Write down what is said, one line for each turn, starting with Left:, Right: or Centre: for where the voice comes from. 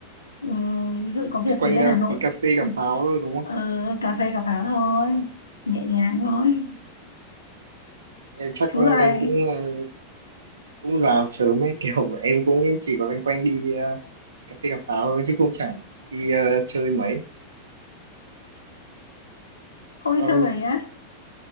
Left: ừ, ví dụ có việc
Right: thế
Left: gì
Right: quanh
Left: lên
Right: ờ,
Left: Hà Nội
Right: tí cà phê cà pháo thôi đúng không
Left: ờ, cà phê cà pháo thôi nhẹ nhàng thôi
Right: em chắc
Left: chú dạo
Right: em
Left: này
Right: cũng ờ, cũng già sớm ấy <laughs> kiểu em cũng chỉ có loanh quanh đi ờ, cà phê cà pháo thôi chứ cũng chẳng đi ờ, chơi mấy
Left: không đi
Right: Ờ,
Left: chơi mấy á